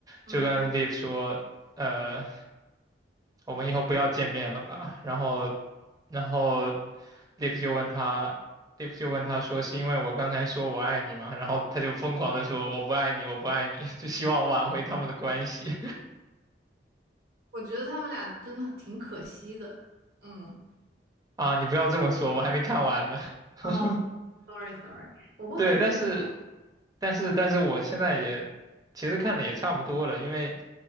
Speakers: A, on the right; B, on the right.
A: 嗯，
B: 就跟 Liv 说，呃，我们以后不要见面了吧。然后，然后 Liv 就问他。Liv 就问他说：“是因为我刚才说我爱你嘛？然后他就疯狂的说：“我不爱你，我不爱你。<laughs>”就希望挽回他们的关系。
A: 我觉得他们俩真的挺可惜的，嗯，
B: 啊，你不要这么说，我还没看完呢。<laughs>
A: 哦，sorry sorry，我不很剧透。
B: 对，但是，但是，但是我现在也其实看的也差不多了，因为